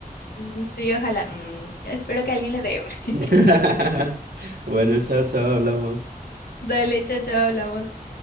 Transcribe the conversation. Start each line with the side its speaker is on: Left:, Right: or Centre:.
Left: Mm, sí, ojalá. Mm, espero que alguien le dé. <laughs>
Right: <laughs> Bueno, chao, chao, hablamos.
Left: Dale, chao, chao, hablamos.